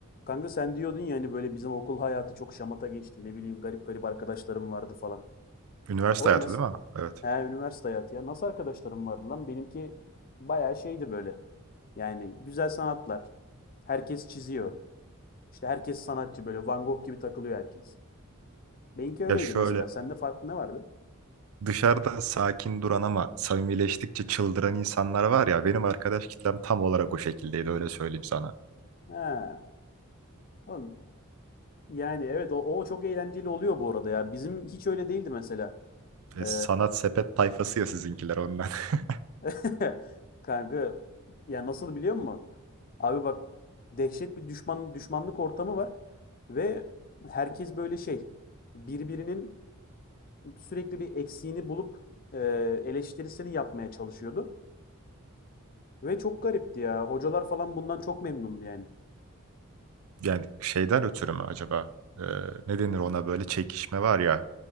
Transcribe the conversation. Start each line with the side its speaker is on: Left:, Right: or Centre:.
Left: Kanka sen diyordun ya hani böyle bizim okul hayatı çok şamata geçti. Ne bileyim garip garip arkadaşlarım vardı falan.
Right: Üniversite
Left: Oğlum
Right: hayatı
Left: nasıl?
Right: değil mi? Evet.
Left: He üniversite hayatı ya. Nasıl arkadaşlarım vardı lan? Benimki bayağı şeydi böyle. Yani güzel sanatlar. Herkes çiziyor. İşte herkes sanatçı böyle Van Gogh gibi takılıyor herkes. Benimki öyleydi
Right: Ya şöyle
Left: mesela. Sende farklı ne vardı?
Right: dışarıda sakin duran ama samimileştikçe çıldıran insanlar var ya benim arkadaş kitlem tam olarak o şekildeydi öyle söyleyeyim sana.
Left: He. Oğlum, yani evet o, o çok eğlenceli oluyor bu arada ya. Bizim hiç öyle değildi mesela.
Right: E,
Left: Ee,
Right: sanat sepet tayfası ya sizinkiler ondan. <laughs>
Left: <laughs> kanka ya nasıl biliyor musun? Abi bak dehşet bir düşman düşmanlık ortamı var ve herkes böyle şey birbirinin sürekli bir eksiğini bulup e, eleştirisini yapmaya çalışıyordu. Ve çok garipti ya. Hocalar falan bundan çok memnundu yani.
Right: Yani şeyden ötürü mü acaba? E, ne denir ona böyle çekişme var ya.